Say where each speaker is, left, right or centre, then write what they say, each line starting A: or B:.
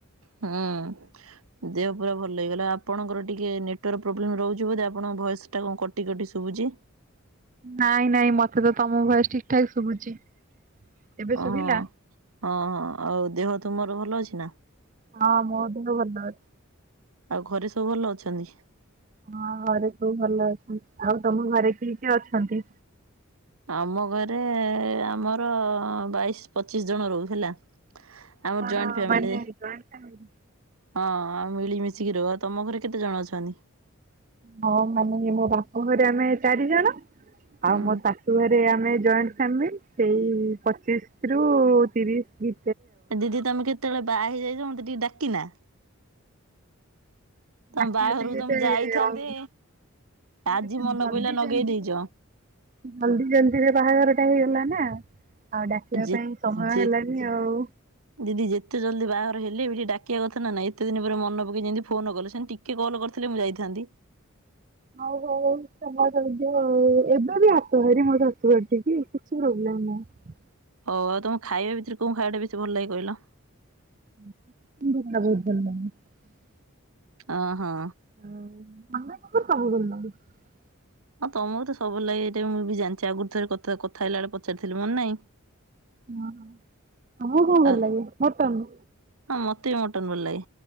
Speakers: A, on the right; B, on the right.
A: ହୁଁ ଦେହ ପୁରା ଭଲ ହେଇଗଲା, ଆପଣଙ୍କର ଟିକେ ନେଟୱର୍କ ପ୍ରୋବ୍ଲେମ ରହୁଛି ବୋଧେ ଆପଣଙ୍କ ଭ ସେଟା କଣ କଟି କଟି ଶୁଭୁଛି।
B: ନାଇଁ ନାଇଁ ମତେ ତ ତମ ଭୟସ ଠିକ ଠାକ ଶୁଭୁଛି। ଏବେ ଶୁଭିଲା?
A: ଓହୋ ହ ହଁ ଆଉ ଦେହ ତୁମର ଭଲ ଅଛି ନା?
B: ହଁ ମୋ ଦେହ ଭଲ ଅଛି।
A: ଆଉ ଘରେ ସବୁ ଭଲ ଅଛନ୍ତି?
B: ହଁ ଘରେ ସବୁ ଭଲ ଅଛନ୍ତି, ଆଉ ତମ ଘରେ କିଏ କିଏ ଅଛନ୍ତି?
A: ଆମ ଘରେ ଆମର ବାଇଶ ପଚିଶ ଜଣ ରହୁ ହେଲା। ଆମର
B: କଣ
A: ଜଏଣ୍ଟ ଫାମିଲି,
B: ମାନେ ଜଏଣ୍ଟ ଫ୍ୟାମିଲି?
A: ହଁ। ଉ ମିଳିମିଶିକି ରୁହ ତମ ଘରେ କେତେ ଜଣ ଅଛନ୍ତି?
B: ହଁ ମାନେ ମୋ ବାପ ଘରେ ଆମେ ଚାରି ଜଣ
A: ହୁଁ
B: ଆଉ ମୋ ଶାଶୁଘରେ ଆମେ ଜଏଣ୍ଟ ଫାମିଲ ସେଇ ପଚିଶ ରୁ ତିରିଶ ଭି
A: ଦିଦି ତମେ କେତେବେଳେ ବାହା ହେଇଯାଇଛ ମତେ ଟିକେ ଡାକିନା?
B: ନାଚିବା
A: ତମ ବାଘରକୁ
B: ପାଇଁ
A: ତମକୁ
B: ଏତେ
A: ଯାଇଥାନ୍ତି,
B: ମାନେ
A: ଆଜି
B: ଏତେ
A: ମନ
B: ଜଲଦି
A: ପାଇଲା ନଗେଇ
B: ଜଲଦିରେ
A: ଦେଇଛ।
B: ଜଲଦି ଜଲଦିରେ ବାହାଘର ଟା ହେଇଗଲା ନା। ଆଉ ଡାକିବା
A: ଯେ
B: ପାଇଁ ସମୟ
A: ଯେ
B: ହେଲାନି ଆଉ।
A: ଦିଦି ଯେତେ ଜଲଦି ବାହାଘର ହେଲେବି ଟିକେ ଡାକିବା କଥା ନା ଏତେ ଦିନ ପରେ ମନ ପକେଇ ଯେମିତି ଫୋନ କଲେ ସେମତି ଟିକେ କଲ କରିଥିଲେ ମୁଁ ଯାଇଥାନ୍ତି।
B: ହଉ ହଉ ତମର <unintelligible> ଏବେ ବି ଆସ ଭାରି ମୋର ଶାଶୂ ଘର ଠିକି କିଛି ପ୍ରୋବ୍ଲେମ ନାଁ ନାଁ
A: ହଉ ଆଉ ତମକୁ ଖାଇବା ଭିତରେ କୋଉ ଖାଇବାଟା ବେଶୀ ଭଲ ଲାଗେ କହିଲ?
B: <unintelligible>
A: ଅ ହଁ।
B: <unintelligible>
A: ହଁ ତମକୁ ତ ସବୁ ଲାଗେ ଏଇଟା ମୁଁ ବି ଜାଣିଛି ଆଗରୁ ଥରେ କଥା କଥା ହେଲା ବେଳେ ପଚାରିଥିଲି ମନେ ନାହିଁ।
B: ହଁ ତମକୁ କଣ ଭଲ
A: ଆ
B: ଲାଗେ ମଟନ?
A: ହଁ ମତେ ବି ମଟନ ଭଲଲାଗେ।